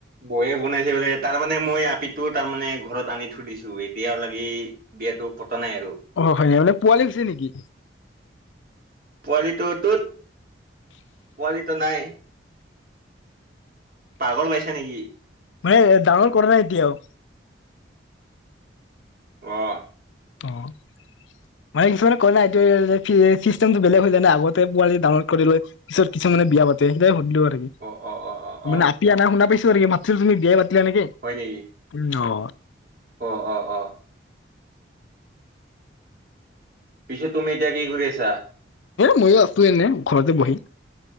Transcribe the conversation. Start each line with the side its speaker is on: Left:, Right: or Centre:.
Right: বয়ে বনাইছে বোলে তাৰ মানে মই আপিটো তাৰ মানে ঘৰত আনি থৈ দিছো এতিয়াও লাগি বিয়াটো নাই আৰু
Left: অ হয় মানে পোৱালি গুছে নেকি?
Right: পোৱালিটোটোত পোৱালিটো নাই। পাগল পাইছা নেকি?
Left: মানে ডাঙৰ কৰা নাই এতিয়াও
Right: আহ
Left: অঁ মানে কিছুমানে কয় নাই এই চিষ্টেমটো বেলেগ হৈ যায় নে আগতে পোৱালি ডানলড কৰি লৈ পিছত কিছুমান মানে বিয়া পাতে সেই সুধিলো আৰু
Right: অ', অ', অ', অ', অ',
Left: মানে আপি আনা শুনা পাইছো আৰু মা তুমি বিয়া পা নেকি
Right: হয় নেকি?
Left: উম অ।
Right: অ অ অ পিছে তুমি এতিয়া কি কৰি আছা?
Left: মইও আছো এনে ঘৰতে বহি